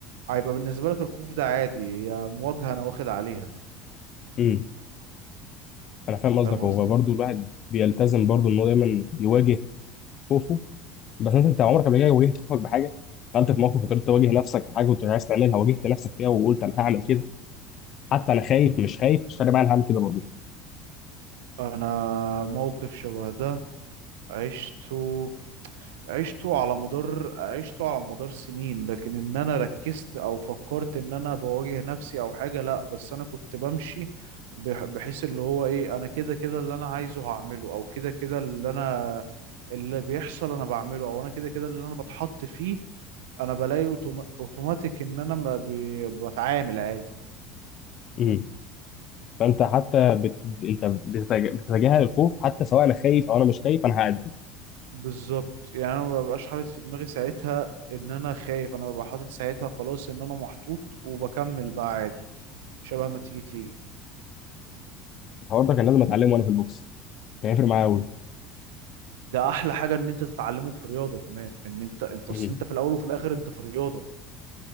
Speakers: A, on the right; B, on the left.
A: هيبقى بالنسبة لك الخوف ده عادي يا مواجهة انا واخد عليها
B: امم انا فاهم قصدك
A: فاهم
B: هو
A: قصدي
B: برضه الواحد بيلتزم برضه ان هو دايما يواجه خوفه بس مثلا انت عمرك قبل كده واجهت خوفك بحاجة دخلت في موقف وقدرت تواجه نفسك في حاجة كنت مش عايز تعملها واجهت نفسك فيها وقلت انا هعمل كده حتى انا خايف مش خايف مش فارق معايا انا هعمل كده برضه
A: انا موقف شبه ده عشته عشته على مدار عشته على مدار سنين لكن ان انا ركزت او فكرت ان انا بواجه نفسي او حاجة لا بس انا كنت بمشي بح- بحيث اللي هو ايه انا كده كده اللي انا عايزه هعمله او كده كده اللي انا اللي بيحصل انا بعمله او انا كده كده اللي انا بتحط فيه انا بلاقي أوتوما- اوتوماتيك ان انا ما بي- بتعامل عادي
B: امم فانت حتى بت... انت بتتج- بتتجاهل الخوف حتى سواء انا خايف او انا مش خايف انا هأدي
A: بالظبط يعني انا ما ببقاش حاطط في دماغي ساعتها ان انا خايف انا ببقى حاطط ساعتها خلاص ان انا محطوط وبكمل بقى عادي شبه ما تيجي تيجي
B: الحوار ده كان لازم اتعلمه وانا في البوكس كان هيفرق معايا قوي
A: ده احلى حاجة ان انت تتعلمه في الرياضة كمان ان انت انت
B: مم.
A: اصل انت في الاول وفي الاخر انت في الرياضة